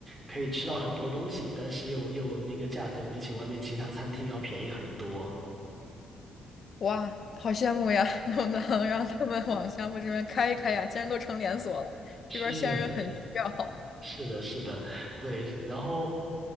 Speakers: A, on the right; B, on the left.
A: 可以吃到很多东西，但是又又那个价格比起外面其他餐厅要便宜很多。
B: 哇，好羡慕呀！能不能让他们往厦门这边开一开呀？既然都成连锁了，
A: <laughs> 是，
B: 这边儿线人很需要。
A: 是的，是的，对，然后